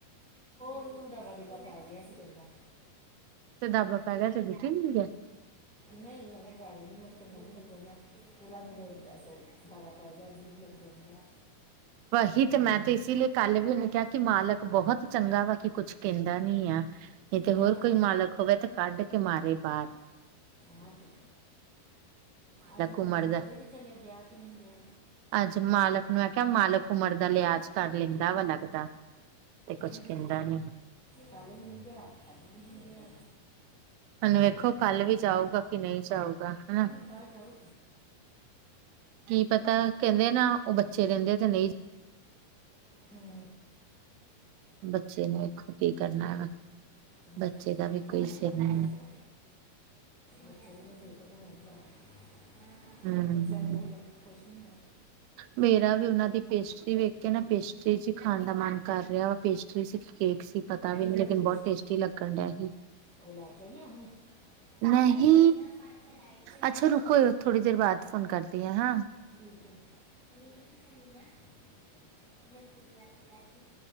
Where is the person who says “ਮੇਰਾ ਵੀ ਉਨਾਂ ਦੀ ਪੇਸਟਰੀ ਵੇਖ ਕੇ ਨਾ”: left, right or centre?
Right